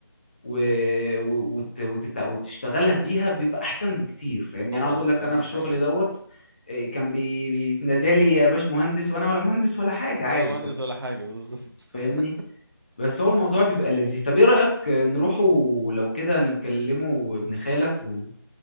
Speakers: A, on the left; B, on the right.
A: و... و- وت... وتت... وتشتغلها بيها بيبقى احسن بكتير فاهمني
B: طبعا
A: يعني انا عاوز اقول لك انا
B: اهم
A: في الشغل
B: حاجة
A: دوت إيه، كان بي... بيتنادى لي يا باش مهندس وانا ولا مهندس ولا حاجه عادي
B: ولا مهندس
A: فا-
B: ولا حاجة بالظبط
A: فاهمني
B: <laughs>
A: بس هو الموضوع بيبقى لذيذ طب ايه رايك نروحوا لو كده نكلمه ابن خالك و...